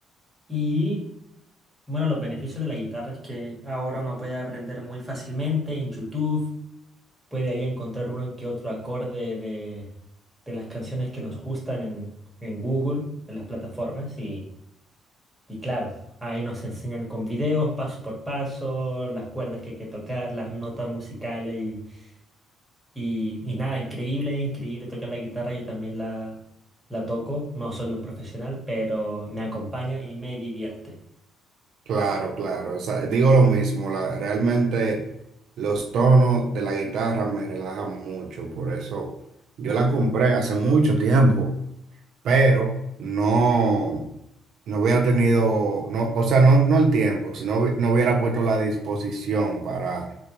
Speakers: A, in the centre; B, on the right.
A: Y bueno, los beneficios de la guitarra es que ahora uno puede aprender muy fácilmente en YouTube, puede ahí encontrar uno que otro acorde de, de las canciones que nos gustan en, en Google, en las plataformas y... Y claro, ahí nos enseñan con videos, paso por paso, las cuerdas que hay que tocar, las notas musicales y, y, y nada, increíble, increíble tocar la guitarra. Yo también la, la toco, no soy un profesional, pero me acompaña y me divierte.
B: Claro, claro. O sea, digo lo mismo, la- realmente los tonos de la guitarra me relajan mucho, por eso yo la compré hace mucho tiempo, pero no, no hubiera tenido, no, o sea, no, no el tiempo, sino hubi- no hubiera puesto la disposición para